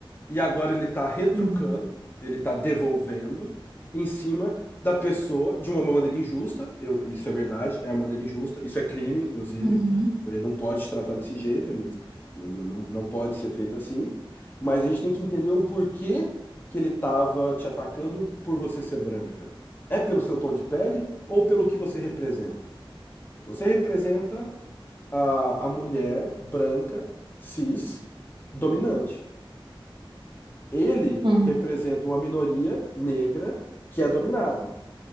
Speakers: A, on the left; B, on the right.
A: e agora ele está retrucando,
B: Uhum.
A: ele está devolvendo em cima da pessoa de uma maneira injusta. Eu- isso é verdade, é uma maneira injusta, isso é crime, inclusive.
B: Uhum.
A: Ele não pode se tratar desse jeito, ele não, não, não, não pode ser feito assim. Mas a gente tem que entender o porquê que ele estava te atacando por você ser branca. É pelo seu tom de pele ou pelo que você representa? Você representa a, a mulher branca, cis, dominante. Ele
B: Uhum.
A: representa uma minoria negra que é dominada.